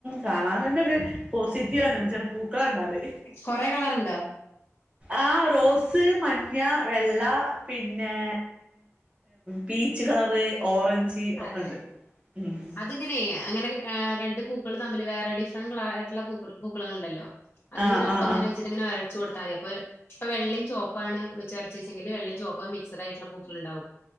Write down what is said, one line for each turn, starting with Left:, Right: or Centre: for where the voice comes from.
Right: കാണാൻ തന്നെ ഒരു പോസിറ്റീവ് എനർജിയാണ് പൂക്കൾ കണ്ടാല്.
Left: കൊറെ കളറുണ്ടോ
Right: ആ റോസ് മ കുഞ്ഞ വെള്ള, പിന്നെ, പീച്ച് ഹ് കളർ ഓറഞ്ച്.
Left: അതെ
Right: ഒക്കെ ഉണ്ട് ഉം
Left: അതിങ്ങനെ അങ്ങനെയൊക്കെ ആ രണ്ട് പൂക്കൾ തമ്മില് വേറെ ഡിഫറന്റ് കളർ ആയിട്ടുള്ള പൂക്കൾ പൂക്കളൾ ഇണ്ടല്ലോ? അത്ങ്ങനെപ്പം
Right: ആഹ് ആഹ്
Left: ഇങ്ങനെ
Right: ആഹ്
Left: വെച്ചിട്ട് ഇങ്ങനെ ഒരച്ചു കൊടുാൽ മതി അപ്പോ ഇപ്പൊ വെള്ളീം ചോപ്പാണ് വെച്ച് ഒരച്ച വെച്ചെങ്കില് വെള്ളിയം ചോപ്പ ഇപ്പോ മിക്സ്ഡ് ആയിട്ടുള്ളൂക്കൾ ഉണ്ടാവും.